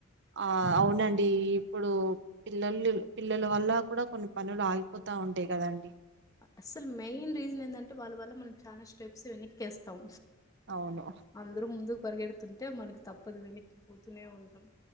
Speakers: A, on the right; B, on the left.
A: ఆ అవునండి ఇప్పుడు పిల్లలు పిల్లల వల్ల కూడా కొన్ని పనులు ఆగిపోతా ఉంటాయి కదండి
B: అసలు మెయిన్ రీజన్ ఏందంటే వాళ్ళ వల్ల మనం చాలా స్టెప్స్ వెనక్క్కేస్తాం
A: అవును
B: అందరూ ముందుకు పరిగెడుతుంటే మనకి తప్పదు వెనక్కిపోతూనే ఉంటాం